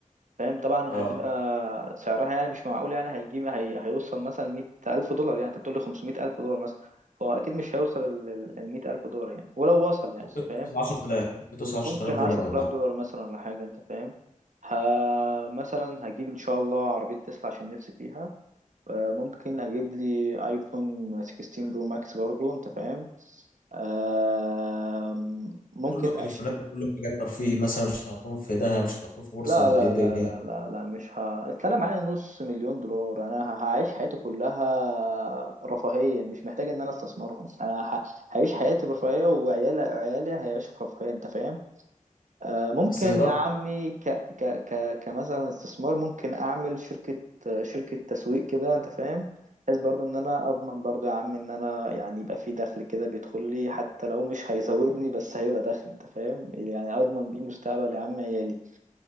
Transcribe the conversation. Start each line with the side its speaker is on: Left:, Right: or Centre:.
Right: فاهم طبعا
Left: اه
Right: هتبقى سعرها يعني مش معقول يعني هيجيب هي... هيوصل مثلا مية ألف دولار يعني أنت بتقول لي خمسمية ألف دولار مثلا هو أكيد مش هيوصل ال ال- المية ألف دولار يعني ولو وصل يعني
Left: ممكن
Right: أنت فاهم
Left: توصل 10000 ممكن توصل 10000
Right: ممكن
Left: دولار
Right: عشرة
Left: ولا
Right: آلاف
Left: حاجة
Right: دولار مثلا ولا حاجة أنت فاهم ه... مثلا هجيب إن شاء الله عربية تسلا عشان نفسي فيها آه، ممكن أجيب لي آيفون 16 برو ماكس برضو أنت فاهم آه، ممكن
Left: كله تليفونات
Right: أش
Left: وكله حاجات ترفيه مثلا مش هتحطهم في ذهب مش هتحطهم في بورصة
Right: لا
Left: ولا
Right: لا
Left: ايه الدنيا
Right: لا لا لا لا مش ه... أصل أنا معايا نص مليون دولار أنا ه- هعيش حياتي كلها رفاهية مش محتاج إن أنا أستثمرهم أنا ه... هعيش حياتي برفاهية وعيالي عيالي هيعيشوا في رفاهية أنت فاهم آه، ممكن
Left: بس برضه
Right: يا عمي ك ك ك كمثلا استثمار ممكن اعمل شركة آه، شركة تسويق كده انت فاهم بحيث برضو ان انا اضمن برضو يا عم ان انا يعني يبقى في دخل كده بيدخل لي حتى لو مش هيزودني بس هيبقى دخل انت فاهم يعني اضمن بيه مستقبل يا عم عيالي